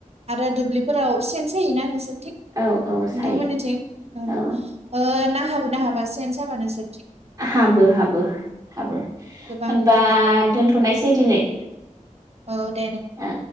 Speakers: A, on the right; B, on the right.
A: आरो दुब्लिफोराव सेन सायोना नोंसोर? थिग
B: औ औ
A: नोंथांमोननिथिं
B: सायो
A: औ‌
B: औ
A: ओ ना हाबो हाबा सेन साबा नोंसोरनिथिं
B: हाबो हाबो हाब होनबा
A: गोबां ना हाबो
B: दोनथनोयसै दिनै।
A: औ दे नोंथां।
B: ओ